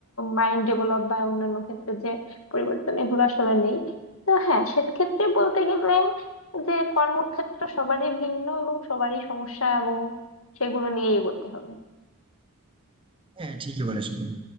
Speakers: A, on the left; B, on the right.
A: মাইন্ড ডেভেলপ বা অন্যান্য ক্ষেত্রে যে পরিবর্তন এগুলো আসলে নেই তো হ্যাঁ সেক্ষেত্রে বলতে গেলে যে কর্মক্ষেত্র সবারই ভিন্ন এবং সবারই সমস্যা এবং সেগুলো নিয়ে এগোতে হবে
B: হ্যাঁ ঠিকই বলেছো তুমি